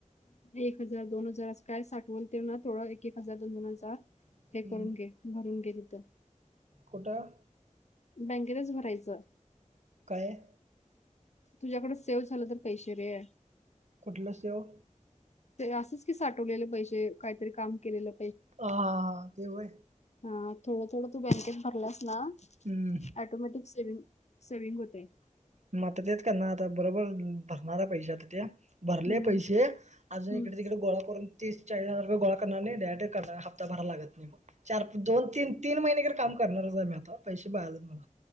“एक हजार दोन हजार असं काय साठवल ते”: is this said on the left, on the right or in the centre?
Left